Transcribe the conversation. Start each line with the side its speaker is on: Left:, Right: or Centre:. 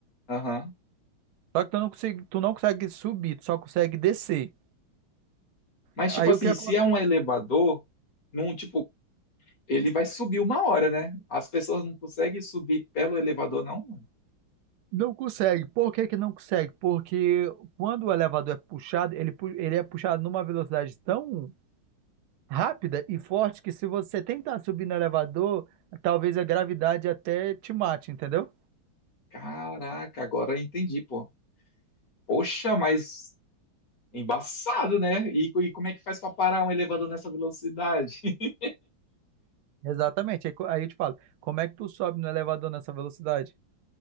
Left: Aham.
Right: Só que tu não consegue, tu não consegue subir, tu só consegue descer.
Left: Mas,
Right: Aí
Left: tipo assim,
Right: o que acontece?
Left: se é um elevador num tipo ele vai subir uma hora, né? As pessoas não conseguem subir pelo elevador, não?
Right: Não consegue. Por que que não consegue? Porque quando o elevador é puxado, ele, pu- ele é puxado numa velocidade tão rápida e forte que se você tentar subir no elevador, talvez a gravidade até te mate, entendeu?
Left: Caraca, agora eu entendi, pô. Poxa, mas embaçado, né? E, co- e como é que faz pra parar um elevador nessa velocidade? <laughs>
Right: Exatamente. Aí, co- aí eu te falo, como é que tu sobe no elevador nessa velocidade?